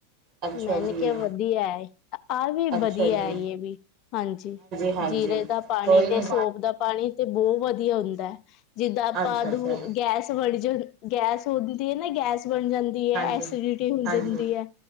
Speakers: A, on the right; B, on the left.
A: ਅੱਛਾ
B: ਮੈਂਨੇ
A: ਜੀ
B: ਕਿਹਾ, ਵਧੀਆ ਏ, ਆਹ ਵੀ
A: ਅੱਛਾ
B: ਵਧੀਆ
A: ਜੀ
B: ਇਹ ਵੀ ਹਾਂਜੀ
A: ਹਾਂਜੀ
B: ਜੀਰੇ ਦਾ ਪਾਣੀ,
A: ਕੋਈ
B: ਤੇ
A: ਨੀ
B: ਸੋਫ਼ ਦਾ ਪਾਣੀ ਤੇ ਬਹੁਤ ਵਧੀਆ ਹੁੰਦਾ ਐੱ, ਜਿੱਦਾਂ ਆਪਾਂ
A: ਅੱਛਾ
B: ਦੋਂ
A: ਅੱਛਾ
B: ਗੈਸ ਵੜ ਜਾ ਉ ਗੈਸ ਹੁੰਦੀ ਏ ਨਾ, ਗੈਸ ਬਣ ਜਾਂ
A: ਹਾਂਜੀ
B: ਐਸੀਡਿਟੀ
A: ਹਾਂਜੀ
B: ਹੋ
A: ਹਾਂਜੀ
B: ਜਾਂਦੀ ਹੈ,